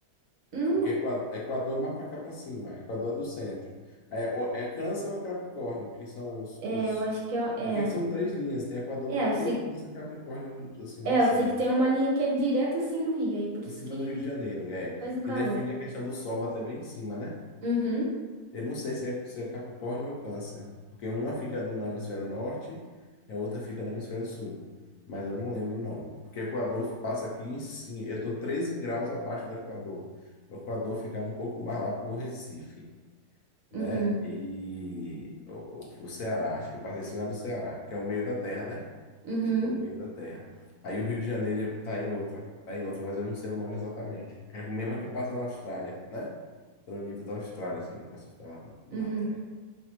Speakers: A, on the right; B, on the left.
A: Não,
B: Porque Equa- Equador é mais para cá para cima. Equador é do centro. É, ou- é Câncer ou é Capricórnio, que são os,
A: é,
B: os.
A: eu acho que é, é,
B: Porque são três linhas. Tem Equador
A: é,
B: no meio,
A: eu sei,
B: Câncer e Capricórnio no- assim,
A: é,
B: assim,
A: eu sei que tem uma linha que é direto assim no Rio, aí por isso
B: em cima
A: que
B: do Rio de Janeiro. É,
A: faz o calor.
B: que define a questão do Sol bater bem em cima, né?
A: Uhum,
B: Eu não sei se é, se é Capricórnio ou Câncer, porque uma fica no hemisfério norte e a outra fica no hemisfério sul, mas eu não lembro o nome, porque o Equador passa aqui em cima, eu estou 13 graus abaixo do Equador, o Equador fica um pouco mais lá para o Recife, né?
A: uhum,
B: E o, o o Ceará, acho que passa em cima do Ceará, que é o meio da terra, né?
A: uhum,
B: tipo o meio da Terra. Aí o Rio de Janeiro tá em outra, tá em outra, mas eu não sei o nome exatamente. É a mesma que passa na Austrália, né? Pelo nível da Austrália, assim, que você fica lá na
A: uhum.
B: praia.